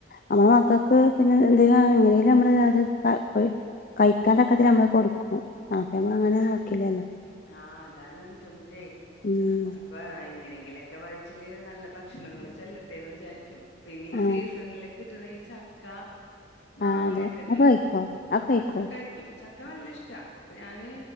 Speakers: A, on the left (about 45°); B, on the left (about 70°).
A: ഞമ്മള് മക്കക്ക് പിന്നെ എന്തിനാ എങ്ങനെലും ഞമ്മള് അത് <unintelligible> കയിക്ക്യാത്തക്കത്തി ഞമ്മള് കൊടുക്കും അപ്പാ ഞമ്മള് അങ്ങനെ നോക്കില്ലാ അല്ലോ
B: ആഹ് അതാണ് ബുദ്ധിമൂട്ടേയെ
A: ഉം
B: അ പ്പാ എങ്ങനെങ്കിലും ഓക്കെ വയറ്റില് നല്ല ഭക്ഷണങ്ങാള് ചെല്ലാട്ടെന്ന് വിചാരിക്കും പിന്നെ ഈ
A: ആ
B: സീസണില് കിട്ടാണെ ഈ ചക്കാ മാങ്ങാക്കെ
A: ആ അതെ
B: ഇണ്ടല്ലോ
A: അത് കഴിക്കോ അത് കഴിക്കോ
B: അതൊക്കെ കയിക്കും ച ക്കാ വല്ല്യാ ഇഷ്ടാ അപ്പൊ ഞാന്